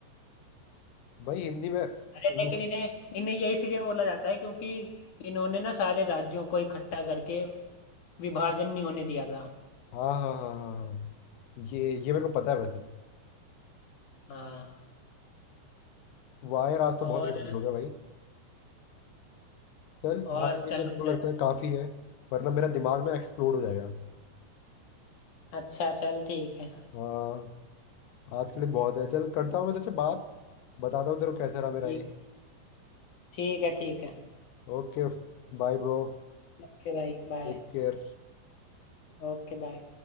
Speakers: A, on the left; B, on the left.
A: भाई हिंदी में
B: अरे
A: लो-
B: लेकिन इन्हें इन्हें ये इसलिए बोला जाता है क्योंकि इन्होंने ना सारे राज्यों को इकट्ठा करके विभाजन नहीं होने दिया था
A: हाँ हाँ हाँ हाँ हाँ ये ये मेरे को पता है वैसे
B: हाँ
A: वायर आज तो
B: और
A: बहुत रिवाइज हो गया भाई चल
B: और
A: आज के
B: चल
A: लिए मेरे
B: रुक
A: को
B: जाना
A: लगता है काफी है वरना मेरा दिमाग ना एक्सप्लोड हो जाएगा
B: अच्छा चल ठीक है
A: हाँ आज के लिए बहुत है चल करता हूँ मैं तेरे से बात बताता हूँ तेरे को कैसा रहा मेरा
B: ठीक
A: ये
B: ठीक है ठीक है
A: ओके Bye bro
B: ओके भाई बाय
A: क्योंकि
B: Okay bye